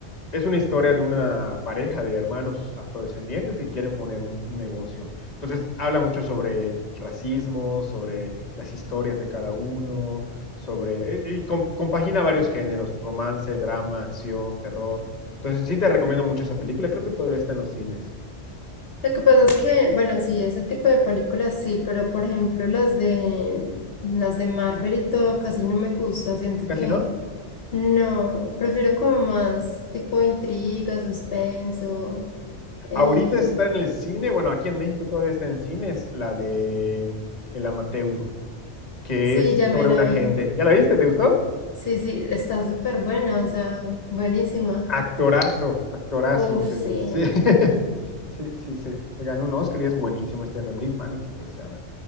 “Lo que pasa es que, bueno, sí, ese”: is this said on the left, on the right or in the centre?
Left